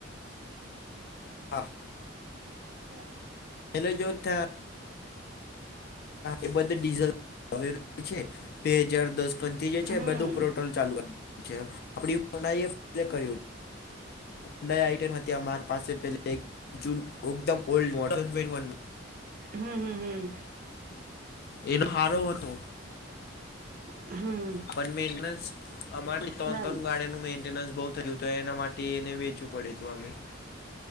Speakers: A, on the left; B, on the right.
A: આ
B: <inaudible>
A: પેલો જોથા એ બધ ડીઝલવે છે બે હજાર દસ કથી જે છે
B: હમ
A: બધું પ્રેટ્રોલ ચાલુ કર. આપડી <unintelligible> કહ્યું ઊડા આઇટન હત માર પાસે પહેલે એક જૂન ઉ્દમ. ઓલ્ડ મોડ
B: હમ હમ હમ.
A: એનો સારો હતો
B: હમ
A: પનમેન નસ અમારે ત્રણ
B: ના
A: ત્રણ ગાડીનું મેન્ટેનન્સ બહુ થયું હતું એના માટે એને વેચવું પડ્યું હતું અમે.